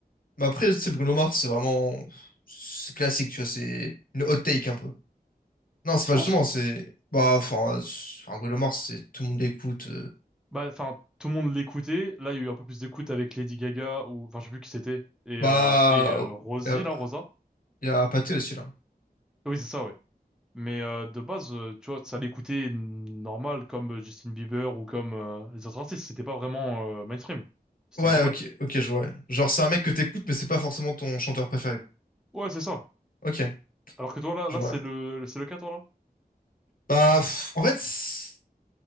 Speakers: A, on the left; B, in the centre.
A: mais après, tu sais, Bruno Mars, c'est vraiment. C'est classique, tu vois. C'est une hot take un peu. Non, c'est
B: Tu
A: pas
B: penses?
A: justement, c'est. Bah, enfin, euh, c'est- enfin, Bruno Mars, c'est tout le monde l'écoute. euh.
B: Bah, enfin, tout le monde l'écoutait. Là, il y a eu un peu plus d'écoute avec Lady Gaga ou, enfin, je sais plus qui c'était. Et,
A: Bah.
B: euh, et euh, Rosie,
A: Il y a,
B: là, Rosa.
A: y a Pathé aussi, là.
B: Oui, c'est ça, ouais. Mais euh, de base, euh, tu vois, ça l'écoutait normal comme euh, Justin Bieber ou comme euh, les autres artistes. C'était pas vraiment euh, mainstream. C'était
A: Ouais,
B: normal.
A: ok, ok, je vois. ouais. Genre, c'est un mec que t'écoutes, mais c'est pas forcément ton chanteur préféré.
B: Ouais, c'est ça.
A: Ok,
B: Alors que toi, là,
A: je
B: là,
A: vois.
B: c'est le, c'est le cas, toi, là.
A: Bah, pff, en fait, c'est-